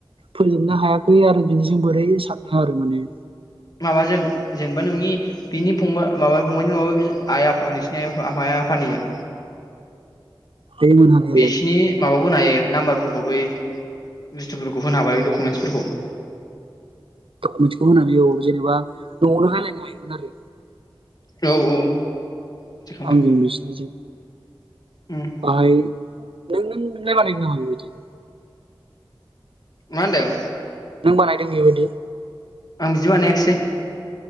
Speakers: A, on the right; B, on the left.
A: फोजोबनो हायाखै आरो बिनिजों बोरै सानदों आरो माने।
B: माबाजों जेनेबा नोंनि बिनि फंबा माबा फंबायनि नङाबा बि आइ आफा नोंसिनि आइ आफा आफा आफानिजों
A: बै मोनहानियालाय
B: बिसिनि माबा खौ होनो हायो नाम्बारफोरखौ बै बुस्थुफोरखौ होनो हाबाय दकुमेन्सफोरखौ
A: मोनसेखौ होनो हायो औ जेनेबा न'आवनो रायलायनो हायोमोन आरो।
B: औ औ। बिदि खालामबायमोन
A: आंजों बिसिनिजों।
B: उम
A: बाहाय <unintelligible>
B: मा होनदों
A: नों बानायदों बेबायदि
B: आं बिदि बानायाखिसेै